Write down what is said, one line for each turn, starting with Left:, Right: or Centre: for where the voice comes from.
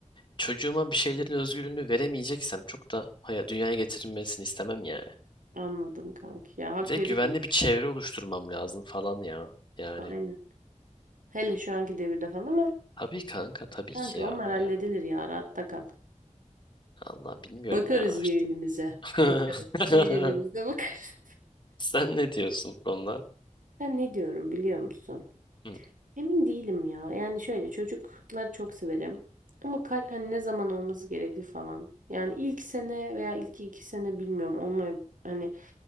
Left: Çocuğuma bir şeylerin özgürlüğünü veremeyeceksem çok da haya, dünyaya getirilmesini istemem yani.
Right: anladım kanki ya hak
Left: Ve
Right: veriyorum
Left: güvenli bir çevre oluşturmam lazım falan ya. Yani
Right: aynen. Hele şu anki devirde falan ama
Left: tabii kanka tabii
Right: kanki
Left: ki ya.
Right: onlar halledilir
Left: Ya
Right: ya rahatta kal.
Left: Allah bilmiyorum
Right: Bakarız
Left: ya işte.
Right: yeğenimize.
Left: <laughs>
Right: Bakarız. Yeğenimize bakarız.
Left: Sen ne diyorsun bu konuda?
Right: Ben ne diyorum biliyor musun?
Left: Hı.
Right: Emin değilim ya. Yani şöyle çocukları çok severim. Ama kal hani ne zaman olması gerekli falan. Yani ilk sene veya ilk iki sene bilmiyorum. Olmaya hani